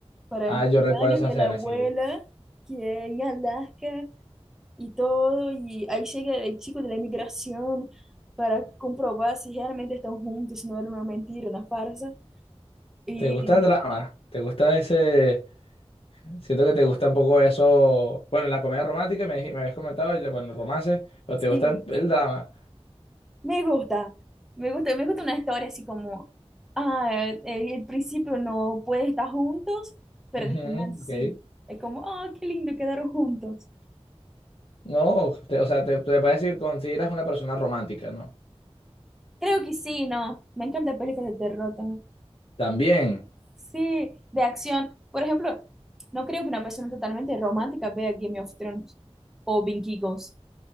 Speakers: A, in the centre; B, on the left.
A: para
B: Ah,
A: el
B: yo
A: cumpleaños
B: recuerdo esa
A: de
B: escena,
A: la abuela,
B: sí.
A: que es en Alaska y todo, y ahí llega el chico de la inmigración para comprobar si realmente están juntos, si no era una mentira, una farsa. Y
B: ¿Te gusta el drama? ¿Te gusta ese...? Siento que te gusta un poco eso... Bueno, la comedia romántica me, dij- me habías comentado, y, bueno, el romance, pero
A: sí,
B: te gusta el drama.
A: me gusta, me gusta, me gusta una historia así como, ah, el, el principio no pueden estar juntos, pero
B: Ujú,
A: al final sí.
B: ok.
A: Es como, oh, qué lindo, quedaron juntos.
B: No, te- o sea, te, te parece que consideras una persona romántica, ¿no?
A: Creo que sí, no, me encantan películas de terror también.
B: También,
A: Sí, de acción. Por ejemplo, no creo que una persona totalmente romántica vea Game of Thrones o Vikingos.